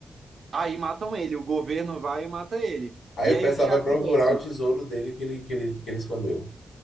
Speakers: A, on the right (about 60°); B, on the left (about 85°).
A: Aí matam ele, o governo vai e mata ele.
B: Aí
A: E
B: o
A: aí
B: pessoal
A: o que acontece?
B: vai procurar o tesouro dele que ele, que ele, que ele escondeu.